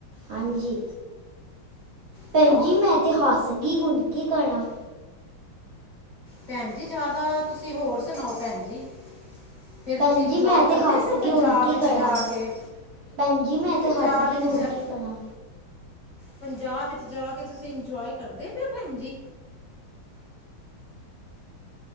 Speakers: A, on the right; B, on the left.
A: ਹਾਂਜੀ, ਭੈਣ
B: ਕਿਉਂ
A: ਜੀ, ਮੈਂ ਤੇ ਹੱਸ ਗਈ ਹੁਣ ਕੀ ਕਰਾਂ।
B: ਭੈਣ ਜੀ, ਜ਼ਿਆਦਾ ਤੁਸੀਂ ਹੋਰ ਸੁਣਾਓ ਭੈਣ ਜੀ? ਫੇਰ
A: ਭੈਣ
B: ਤੁਸੀਂ ਇੰਜੋਏ
A: ਜੀ ਮੈਂ
B: ਕਰਦੇ
A: ਤੇ ਹੱਸ
B: ਪਏ ਓ
A: ਗਈ
B: ਪੰਜਾਬ
A: ਹੁਣ ਕੀ
B: ਵਿੱਚ
A: ਕਰਾਂ
B: ਜਾ ਕੇ?
A: ਭੈਣ ਜੀ, ਮੈਂ ਤੇ
B: ਪੰਜਾਬ
A: ਹੱਸ ਗਈ,
B: ਵਿੱਚ
A: ਹੁਣ
B: ਜਾ-
A: ਕੀ ਕਰਾਂ।
B: ਪੰਜਾਬ ਵਿੱਚ ਜਾ ਕੇ ਤੁਸੀਂ ਇੰਜੋਏ ਕਰਦੇ ਪ‌ਏ ਓ ਭੈਣ ਜੀ?